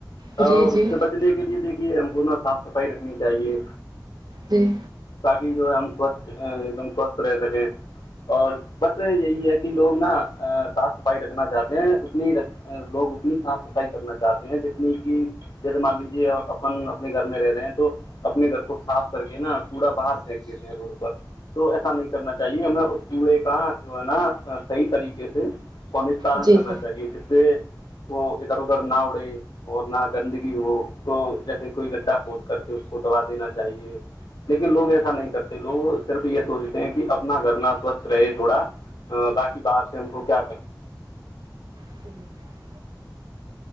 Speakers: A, on the right; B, on the left.
A: جی
B: اور
A: جی
B: اس سے بچنے کے لیے دیکھیے ہم کو نہ صاف صفائی رکھنی چاہیے
A: جی
B: تاکہ جو ہے ہم سوچھ ایک دم سوستھ رہ سکیں اور بٹ یہی ہے کہ لوگ نا صاف صفائی رکھنا چاہتے ہیں اتنی لوگ اتنی صاف صفائی کرنا چاہتے ہیں جتنی کہ جیسے مان لیجیے اپن اپنے گھر میں رہ رہے ہیں تو اپنے گھر کو صاف کر کے نا کوڑا باہر پھینک دیتے ہیں روڈ پر تو ایسا نہیں کرنا چاہیے ہمیں اس کوڑے کا جو ہے نا صحیح طریقے سے کو نسستارن
A: جی
B: کرنا
A: جی
B: چاہیے جس سے وہ ادھر ادھر نہ اڑے اور نہ گندگی ہو تو جیسے کوئی گڈھا کھ کر کے اس کو دوبا دینا چاہیے لیکن لوگ ایسا نہیں کرتے لوگ صرف یہ سوچتے ہیں کہ اپنا گھر نہ اسوچھ رہے تھوڑا باقی باہر سے ہم کو کیا کرنا
A: ج <inaudible>